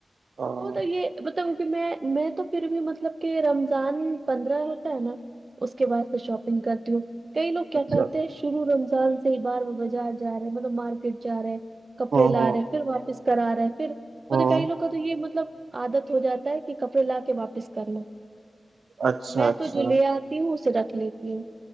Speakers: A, on the right; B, on the right.
A: ہ
B: تو یہ بتاؤ کہ میں میں تو پھر بھی مطلب کہ رمضان پندرہ ہوتا ہے نا اس کے بعد سے شاپنگ کرتی ہوں کئی لوگ کیا
A: اچھا
B: کرتے ہیں شروع رمضان سے ہی بار وہ بازار جا رہے مطلب مارکیٹ جا رہے کپڑے
A: ہ
B: لا
A: ہ
B: رہے پھر واپس کرا رہا ہے پھر م
A: ہ
B: تو کئی لوگ کو تو یہ مطلب عادت ہو جاتا ہے کہ کپڑے لا کے واپس کر لو
A: اچھا
B: میں
A: اچھا
B: تو جو لے آتی ہوں اسے رکھ لیتی ہوں